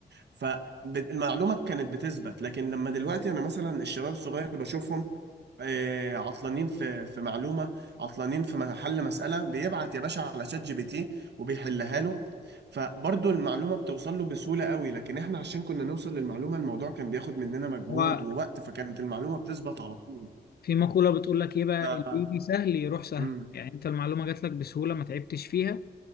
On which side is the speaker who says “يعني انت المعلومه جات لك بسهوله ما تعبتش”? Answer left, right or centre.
Left